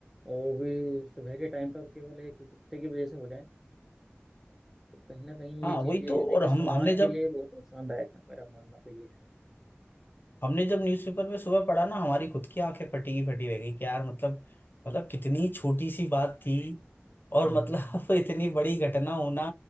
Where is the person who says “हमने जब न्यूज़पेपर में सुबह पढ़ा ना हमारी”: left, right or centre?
Left